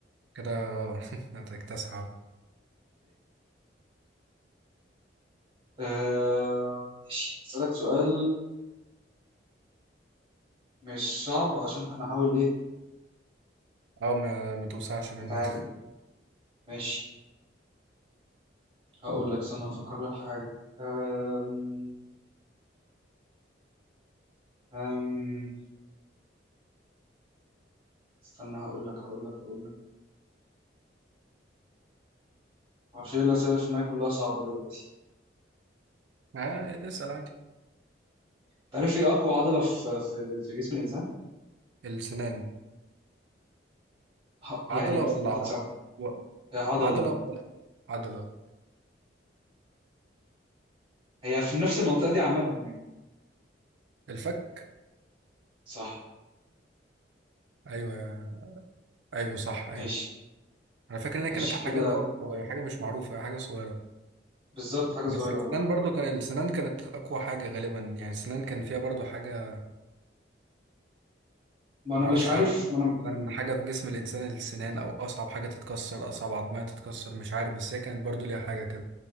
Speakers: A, on the right; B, on the right.
A: كده اه <laughs> هتكتسح اهو
B: آه ماشي أسألك سؤال مش صعب عشان هنحاول إيه
A: اه ما ما توسعش مننا
B: نتعادل ماشي هقول لك استنى هفكر لك في حاجة أم... أم... استنى هقول لك هقول لك هقول لك معرفش إيه الأسئلة اللي في دماغي كلها صعبة دلوقتي
A: <laughs> آه اسأل عادي
B: تعرف إيه أقوى عضلة في في, في جسم الإنسان؟
A: السنان
B: ه... يعني
A: عضلة ولا
B: أنت
A: ع-
B: تصعب
A: و-
B: عضلة
A: عضلة ولا عضلة
B: هي في نفس المنطقة دي عامة يعني
A: الفك
B: صح
A: أيوة أيوة صح أيوة
B: ماشي
A: أنا فاكر إن هي
B: ماشي
A: كانت حاجة
B: كده
A: اللي هو صغير- حاجة مش معروفة حاجة صغيرة
B: بالظبط حاجة صغيرة
A: بس السنان
B: أه
A: برضو كان السنان كانت أقوى حاجة غالبا يعني السنان كان فيها برضو حاجة
B: ما أنا
A: معرفش
B: مش عارف
A: هل
B: ما أنا
A: أصلا حاجة في جسم الإنسان السنان أو أصعب حاجة تتكسر أصعب عظمية تتكسر مش عارف بس هي كانت برضو ليها حاجة كده